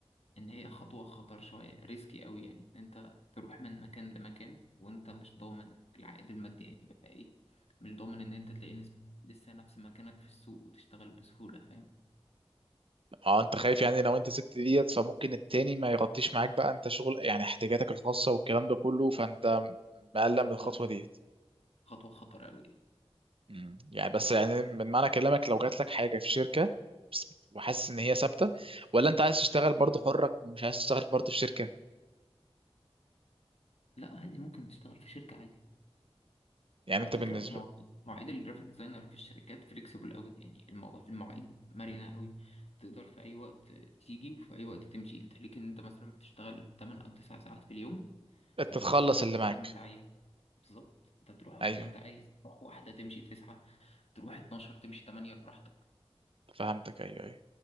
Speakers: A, on the left (about 75°); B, on the right (about 60°).
A: إن هي خطوة خطر شوية ريسكي أوي يعني إن أنت تروح من مكان لمكان وأنت مش ضامن العائد المادي هيبقى إيه مش ضامن إن أنت تلاقي نس- لسه نفس مكانك في السوق وتشتغل بسهولة فاهم
B: اه انت خايف يعني لو انت سبت ديت فممكن التاني ما يغطيش معاك بقى انت شغل يعني احتياجاتك الخاصة والكلام ده كله فانت مقلق من الخطوة
A: بالظبط
B: ديت
A: خطوة خطر أوي يعني.
B: مم. يعني بس يعني من معنى كلامك لو جات لك حاجة في شركة بس- وحاسس ان هي ثابتة ولا انت عايز تشتغل برضه حرك مش عايز تشتغل برضه في شركة
A: لا عادي ممكن تشتغل في شركة عادي
B: يعني
A: على
B: انت
A: فكرة
B: بالنسبة
A: مواعيد مواعيد الجرافيك ديزاينر في الشركات فليكسيبل قوي يعني المو... المواعيد مرنة قوي تقدر في أي وقت تيجي وفي أي وقت تمشي أنت ليك إن أنت مثلا بتشتغل 8 أو 9 ساعات في اليوم
B: انت
A: أنت
B: تخلص
A: بتروحهم
B: اللي
A: وقت
B: معاك
A: ما أنت عايز بالظبط أنت بتروح وقت
B: ايوه
A: ما أنت عايز تروح واحدة تمشي 9 تروح 12 تمشي 8 براحتك
B: فهمتك ايوه ايوه